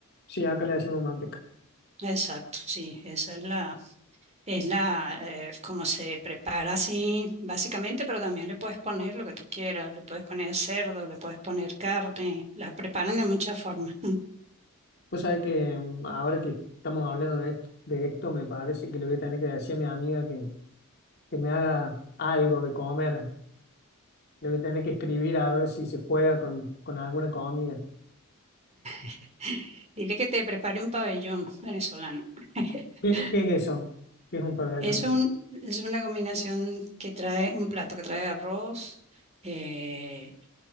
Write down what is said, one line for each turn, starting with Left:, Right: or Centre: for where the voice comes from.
Left: Sí, acá le decimos manteca.
Right: Exacto, sí, esa es la Es la, eh, como se prepara así, básicamente, pero también le puedes poner lo que tú quieras, le puedes poner cerdo, le puedes poner carne, la preparan de muchas formas.
Left: Pues sabés que mm, ahora que estamos hablando de esto, de esto, me parece que le voy a tener que decir a mi amiga que, que me haga algo de comer. Le voy a tener que escribir a ver si se juega con, con alguna comida.
Right: <laughs> Dile que te prepare un pabellón venezolano. <laughs>
Left: ¿Qué, qué es eso? ¿Qué es un pabellón?
Right: Es un, es una combinación que trae un plato que trae arroz, eh,